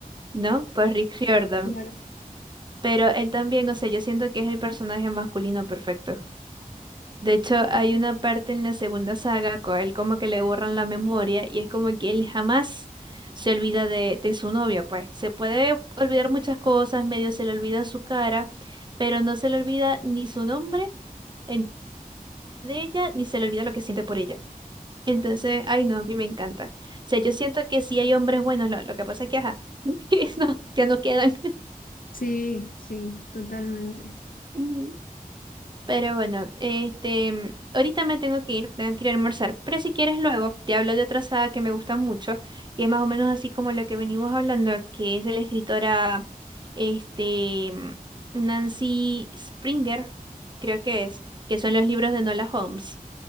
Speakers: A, on the right; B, on the left.
A: ¿no? Por Rick Riordan.
B: claro.
A: Pero él también, o sea, yo siento que es el personaje masculino perfecto. De hecho, hay una parte en la segunda saga con él como que le borran la memoria y es como que él jamás se olvida de, de su novia, pues. Se puede olvidar muchas cosas, medio se le olvida su cara, pero no se le olvida ni su nombre en- de ella, ni se le olvida lo que siente por ella. Entonces, ay no, a mí me encanta. O sea, yo siento que sí hay hombres buenos, lo, lo que pasa es que, ajá, <laughs> no, ya no quedan.
B: Sí, sí, totalmente.
A: <laughs> Pero bueno, este, mm, ahorita me tengo que ir, tengo que ir a almorzar. Pero si quieres luego, te hablo de otra saga que me gusta mucho y es más o menos así como lo que venimos hablando, que es de la escritora, este, mm, Nancy Springer, creo que es, que son los libros de Nola Holmes.